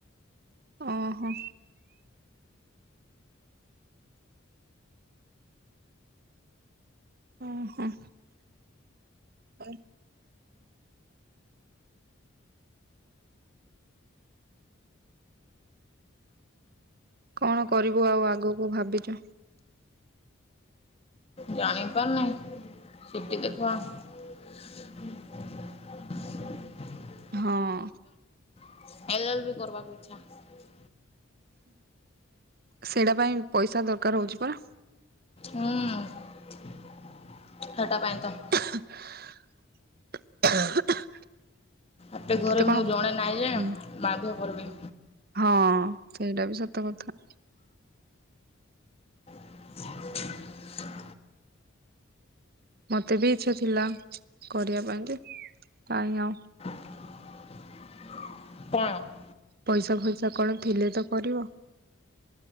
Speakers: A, on the right; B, on the left.
A: ଓହୋ <unintelligible> <inaudible> କଣ କରିବୁ ଆଉ ଆଗକୁ ଭାବିଛୁ
B: ଜାଣିପାରୁନି, ଚୁଟି ଦେଖ? <unintelligible>
A: ହଁ
B: ଏଲ, ଏଲ, ବିି, କରବାକୁ ଇଚ୍ଛା ।
A: ସେଇଟା ପାଇଁ ପଇସା ଦରକାର ହଉଛି ପରା।
B: ହୁଁ ହେଟା ପାଇଁ ତ
A: <unintelligible>
B: ଏତେ ଘରେ
A: କେତେ
B: ମୁଁ
A: କଣ
B: ଜଣେ ନାଇଁ
A: ହୁଁ
B: ଯେ ମାଧ କରିବି।
A: ହଁ ସେଇଟା ବି ସତ କଥା।
B: <unintelligible>
A: ମତେ ବି ଇଛା ଥିଲା କରିବା ପାଇଁ କି, କାହିଁ ଆଉ
B: <unintelligible> <unintelligible>
A: ପଇସା ଫଇସା କଣ ଥିଲେ ତ କରିବ?